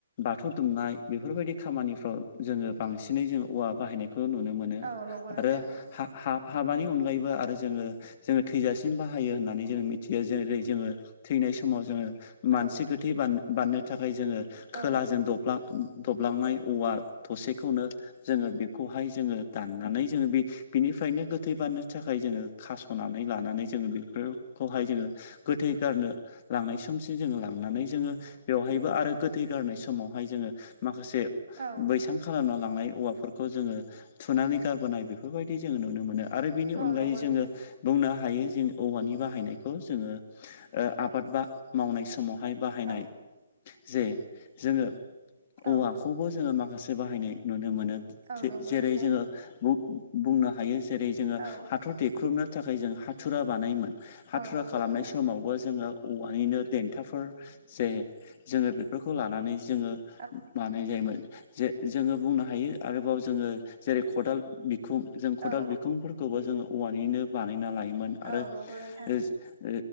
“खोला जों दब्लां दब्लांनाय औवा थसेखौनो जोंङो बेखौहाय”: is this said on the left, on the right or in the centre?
Left